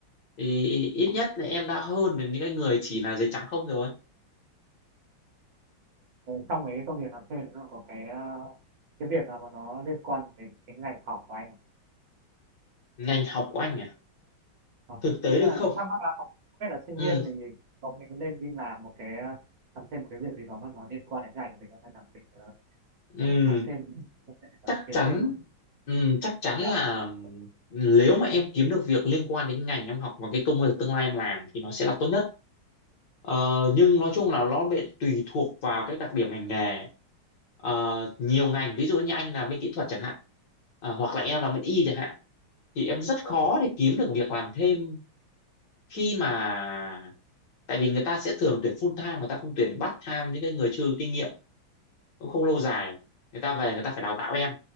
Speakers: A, on the left (about 60°); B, on the right (about 55°).
A: thì ít nhất là em đã hơn được những cái người chỉ là giấy trắng không rồi
B: trong mấy cái công việc làm thêm thì nó có cái ờ, cái việc nào mà nó liên quan đến cái ngành học của anh không?
A: ngành học của anh à
B: Ờ,
A: thực
B: Ý
A: tế được
B: là
A: không
B: thắc mắc là không biết là sinh
A: ừ
B: viên thì có mình có nên đi làm một cái ờ, làm thêm một cái việc gì đó mà nó liên quan đến ngành của mình không? hay là mình ờ,
A: ừ
B: kiểu làm thêm ờ,
A: chắc
B: kiếm
A: chắn
B: thêm một
A: ừm, chắc chắn
B: chút
A: là nếu mà em kiếm được việc liên quan đến ngành em học và cái công việc tương lai em làm thì nó sẽ là tốt nhất Ờ, nhưng nói chung là nó bị tùy thuộc vào cái đặc điểm ngành nghề Ờ, nhiều ngành ví dụ như anh làm bên kỹ thuật chẳng hạn ờ, hoặc là
B: uh,
A: em làm bên y chẳng hạn thì em rất khó để kiếm được việc làm thêm khi mà tại vì người ta sẽ thường tuyển full time người ta không tuyển part time những cái người chưa kinh nghiệm cũng không lâu dài người ta về người ta phải đào tạo em